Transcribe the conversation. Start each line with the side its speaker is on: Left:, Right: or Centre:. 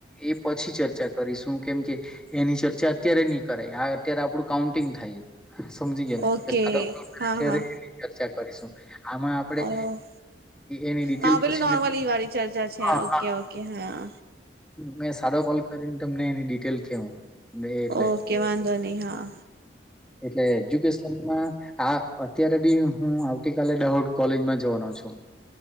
Centre: એ એ પછી ચર્ચા કરીશું કેમ કે એની ચર્ચા અત્યારે નહી કરાય. આ અત્યારે આપડું કાઉન્ટિંગ થાય. સમજી ગ્યાને?
Right: ઓકે
Centre: એટલે સાદો કોલ કરીશું
Right: હા
Centre: ત્યારે
Right: હા
Centre: એની ચર્ચા કરીશું. આમાં આપડે
Right: ઓ
Centre: એની ડિટેલ
Right: હા પેલું
Centre: પછી
Right: નોર્મલ
Centre: મે
Right: એ વાળી ચર્ચા છે.
Centre: હા
Right: ઓકે
Centre: હા
Right: ઓકે. હા
Centre: મેં સાદો કોલ કરીને તમને એની ડિટેલ કેહવુ. એ <unintelligible> એટલે.
Right: ઓકે વાંધો નહી હા
Centre: એટલે એજ્યુકેશનમાં હા. અત્યારે બી હું આવતી કાલે દાહોદ કોલેજમાં જવાનો છું.